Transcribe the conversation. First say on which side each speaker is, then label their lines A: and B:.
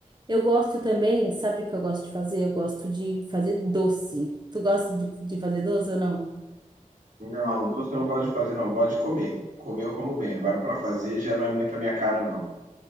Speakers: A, on the right (about 30°); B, on the right (about 70°).
A: Eu gosto também, sabe o que eu gosto de fazer? Eu gosto de fazer doce. Tu gosta de, de fazer doce ou não?
B: Não, doce eu não gosto de fazer, não. Eu gosto de comer. Comer eu como bem. Agora, para fazer já não é muito a minha cara, não.